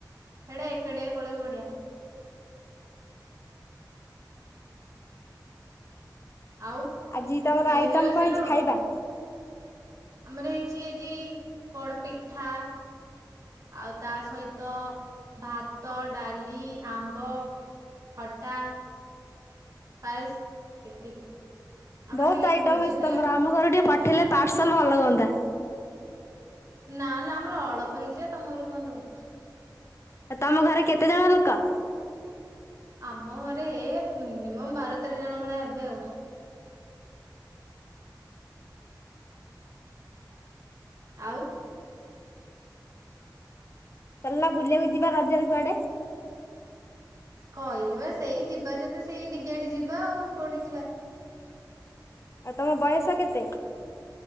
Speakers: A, on the right; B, on the left.
A: ହେଟା ଏ ଏକାଟିଆ ପଳେଇବୁ ବଢିଆ। ଆଉ
B: ଆଜି ତୋମର
A: ମେହେନ୍ଦି
B: ଆଇଟମ୍
A: ଲଗେଇ
B: କଣ
A: ସାରିଲୁଣୁ
B: ହେଇଛି ଖାଇବା?
A: ଆମର ହେଇଛି ଆଜି ପୋଡପିଠା ଆଉ ତା ସହିତ ଭାତ, ଡାଲି, ଆମ୍ବ, ଖଟା, ପାଏସ ଏତିକି। ଆମର
B: ବହୁତ
A: ଟିକେ ଆଜି
B: ଆଇଟମ୍
A: ଭୋଜି
B: ହେଇଚି
A: ଥିଲା
B: ତୋମର,
A: ତ
B: ଆମ ଘରକୁ ଟିକେ ପ ଥିଲେ ପାର୍ସଲ୍ ଭଲ ହୁଅନ୍ତା।
A: ନା ନା ଆମର ଅଳପ ହେଇଚି ବା ତୋମ ଘରକୁ କଣ ଦବୁ।
B: ଆ, ତୋମ ଘରେ କେତେ ଜଣ ଲୋକ?
A: ଆମ ଘରେ ହେ ମିନିମମ୍ ବାର ତେର ଜଣ ଭଳିଆ ହେବେ ଆଉ। ଆଉ
B: ଚାଲନା ବୁଲିବାକୁ ଯିବା ରଜରେ କୁଆଡେ।
A: କହିଲି ବା ସେଇ ଯିବା ଯଦି ସେଇ ଡିଗେଟେ ଯିବା। ଆଉ କୋଉଠି କି ଯିବା।
B: ଆଉ ତୋମ ବୟସ କେତେ?